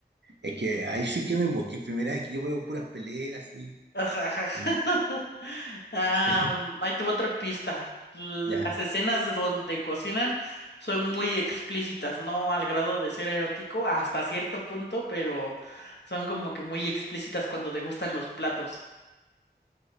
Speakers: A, on the right; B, on the left.
A: Es que ahí sí que me busqué. Primera vez que yo veo puras peleas y.
B: Ajá. ajá. <laughs>
A: Mm.
B: Am,
A: <laughs>
B: ahí te va otra pista. Las
A: Ya,
B: escenas de donde cocinan son muy explícitas, no al grado de ser erótico hasta cierto punto, pero son como que muy explícitas cuando degustan los platos.